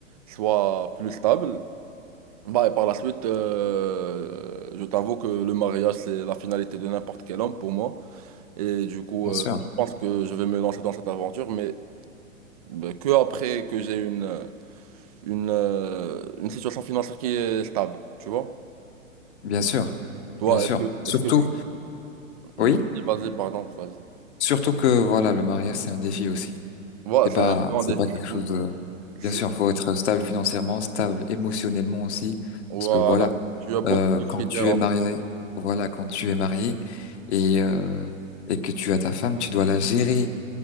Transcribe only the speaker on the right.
soit plus stable. Bah, et par la suite, euh, je t'avoue que le mariage, c'est la finalité de n'importe quel homme pour moi. Et du coup,
euh,
je pense que je vais me lancer dans cette aventure, mais euh, que après que j'ai une, euh, une, euh, une situation financière qui est stable, tu vois?
Toi,
est-ce que,
est-ce que... Vas-y,
vas-y, pardon, vas-y.
Voilà,
c'est
un grand
défi.
C'est
une-
c'est-
Voilà.
Tu as beaucoup
de critères.
en
fait.